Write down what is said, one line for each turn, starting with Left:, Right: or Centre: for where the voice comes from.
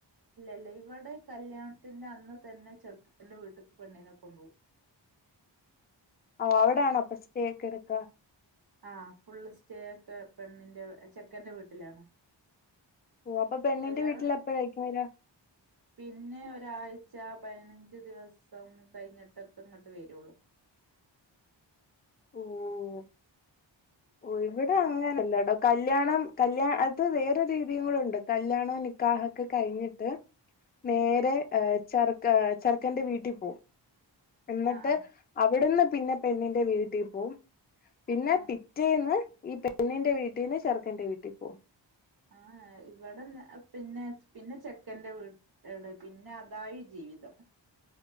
Right: ഇല്ല ഇവിടെ കല്യാണത്തിന്റെ അന്ന് തന്നെ ചെർക്കന്റെ വീട്ട്ക്ക് പെണ്ണിനെ കൊണ്ടോവും
Left: ഓ അവിടെ ആണോ അപ്പൊ സ്റ്റേ ഒക്കെ എടുക്കാ
Right: ആ ഫുള്ള് സ്റ്റേ ഒക്കെ പെണ്ണിന്റെ ചെക്കന്റെ വീട്ടിലാണ്
Left: ഓ അപ്പൊ പെണ്ണിന്റെ
Right: കല്യാണം
Left: വീട്ടിൽ എപ്പോഴായിരിക്കും വരാ
Right: പിന്നെ ഒരാഴ് ച്ചാ പതിനഞ്ച് ദിവസം കഴിഞ്ഞിട്ടൊക്കെ ഇങ്ങട്ട് വരൊള്ളു
Left: ഓഹ് ഓ ഇവിടെ അങ്ങനല്ല
Right: ആഹ്
Left: ട്ടൊ കല്ല്യാണം കല്യാ അത് വേറെ രീതിയും കൂടെണ്ട് കല്യാണം നിക്കാഹൊക്കെ കഴിഞ്ഞിട്ട് നേരെ ആഹ് ചെറക്ക് ചെർക്കന്റെ വീട്ടിൽ പോവും എന്നിട്ട്
Right: ആഹ് ആഹ്
Left: അവിടുന്ന് പിന്നെ പെണ്ണിന്റെ വീട്ടീപോവും പിന്നെ
Right: ആഹ്
Left: പി റ്റെന്ന് ഈ പെണ്ണിന്റെ വീട്ടിന്ന് ചെറുക്കന്റെ വീട്ടി പോകും
Right: ആ ഇവിടെ പിന്നെ പിന്നെ ചെക്കന്റെ വീട് പിന്നെ അതായി ജീവിതം